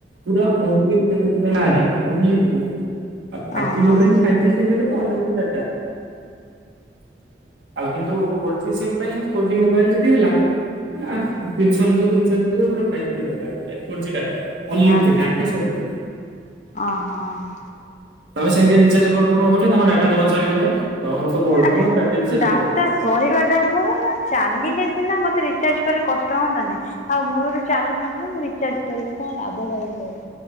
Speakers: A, on the right (about 70°); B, on the left (about 40°).
A: ପୁରା ଅନଲିମିଟେଡ ପୁରା ଯାକ ଅନଲିମିଟେଡ୍। ଆଉ ଫାଇଭ୍
B: ହଁ
A: ଜି
B: ହଁ।
A: ମୋବାଇଲ ଫାଇଭ୍ ଜି ସିମ୍ ହେଲେ ତ ଅନଲିମି ଆଉ କିନ୍ତୁ ଫୋର୍ ଜି ସିମ୍ ପାଇଁ ଫୋର୍ ଜି ମୋବାଇଲ ଯଦି ହେଲା ଆ ତିନିଶହ ଭିତରୁ <unintelligible> ରିଚାର୍ଜ କରିବ ପୁରା five G <unintelligible> four G data ଅନଲିମିଟେଡ
B: ବାହାରେ
A: ଡାଟା ସରିବନି।
B: ଅଁ ହଁ।
A: ତମେ ସେମିତିଆ ରିଚାର୍ଜ କରିଦଉନ ଗୋ କେ ତମର ଡାଟା ଜମା ସରିବନାଇ ତମର ତ ବଳୁଥବ
B: ଆରେ
A: ଆଉ ଡାଟା ରିଚାର୍ଜ
B: ଡାଟା
A: କଁ କରିବ?
B: ସରିବାଟା ମୋର ମୁଁ ଚାଲିଲେ ସିନା ମତେ ରିଚାର୍ଜ କଲେ କଷ୍ଟ ହୁଅନ୍ତା ନାହି ଆଉ ମୂଳୁରୁ ଚାଲୁନଥିବ ମୁଁ ରିଚାର୍ଜ କରିବି କଣ ଲାଭଥାଇକି କହିଲ।